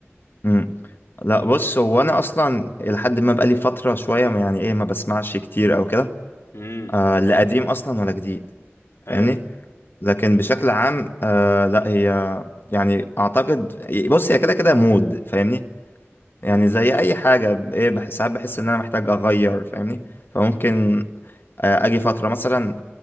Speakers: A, on the left (about 50°); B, on the left (about 80°).
A: امم. لا بص هو انا اصلا لحد ما بقالي فتره شويه ما- يعني ايه ما بسمعش كتير او كده
B: امم
A: آه لا قديم اصلا ولا جديد
B: حلو
A: فاهمني لكن بشكل عام آه لا هي يعني اعتقد بص هي كده كده مود فاهمني
B: امم
A: يعني زي اي حاجه ايه بح- ساعات بحس ان انا محتاج اغير فاهمني فممكن آه اجي فتره مثلا